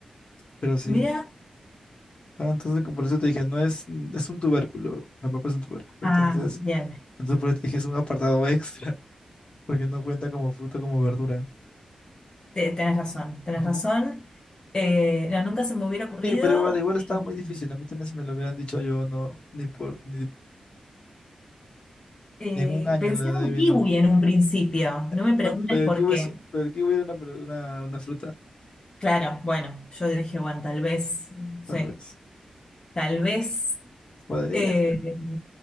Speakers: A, on the left; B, on the left.
A: pero sí.
B: Mirá.
A: Ah, entonces como por eso te dije, no es, es un tubérculo, la papa es un tubérculo.
B: Ah,
A: Entonces,
B: bien.
A: entonces por eso te dije, es un apartado extra, <laughs> porque no cuenta como fruta, como verdura.
B: Te- tenés razón, tenés
A: Ajá.
B: razón. Eh, no, nunca se me hubiera ocurrido.
A: Sí, pero vale, igual estaba
B: Eh,
A: muy difícil. A mí también si me lo hubieran dicho yo, no, ni por, ni,
B: eh,
A: ni en un año
B: pensé
A: lo adivino.
B: en un kiwi en un principio. No me
A: No,
B: preguntes
A: No, pero
B: por
A: aquí hubiese,
B: qué.
A: pero aquí hubiera una, pro- una, una fruta,
B: Claro, bueno, yo dije, bueno, tal vez, no sé,
A: tal vez.
B: tal vez.
A: Podría
B: eh,
A: ser.